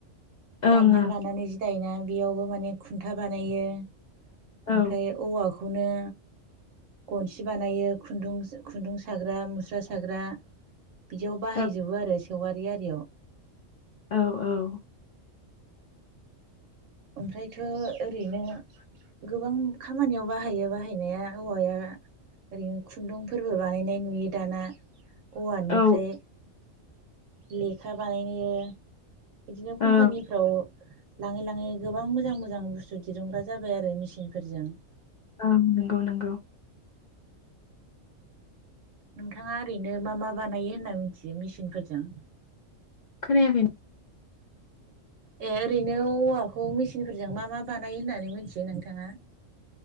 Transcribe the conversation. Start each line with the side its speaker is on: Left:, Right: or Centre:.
Right: जान्जियाव
Left: ओं
Right: लानानै जि दायोना बेयावबो माने खुन्था बानायो ओमफ्राय
Left: औ
Right: औवाखौनो गनसि बानायो खुन्दुं खुन्दुं साग्रा मुस्रा साग्रा बिदियाव बाहायजोबो
Left: औ
Right: आरो सेवारि आरियाव
Left: औ औ
Right: ओमफ्रायथ' ओरैनो गोबां खामानियाव बाहायो बाहायनाया औवाया ओरैनो खुन्दुंफोरबो बानायनाय नुयो दाना औवानिफ्राय
Left: औ
Right: लेखा बानायो इदिनो
Left: ओं
Right: कम्पानि औ लाङै लाङै गोबां मोजां मोजां बुस्थु दिरुंग्रा जाबाय आरो मिसिनफोरजों।
Left: ओम नोंगौ नोंगौ।
Right: नोंथाङा ओरैनो मा मा बानायो होनना मिथियो मेसिनफोरजों
Left: खोनायाखैन <inaudible>
Right: ए ओरैनो औवाखौ मिचिनफोरजों मा मा बानायो होननानै मिथियो नोंथाङा?